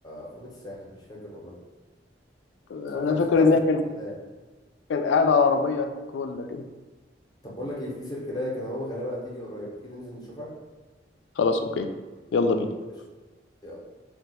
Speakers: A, on the left; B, on the left.
A: فورمه الساحل مش فاكر والله
B: أنا
A: بس هو كان بس
B: فاكر
A: هو حاجه
B: إن
A: في
B: هي
A: الرينج
B: كان
A: ده يعني.
B: كان قاعد على عربية كرولا كده
A: طب بقول لك ايه في سيركلايه كده هو غالبا هتيجي قريب تيجي ننزل نشوفها
B: خلاص أوكي يلا
A: يلا
B: بينا
A: بينا يا باشا يلا.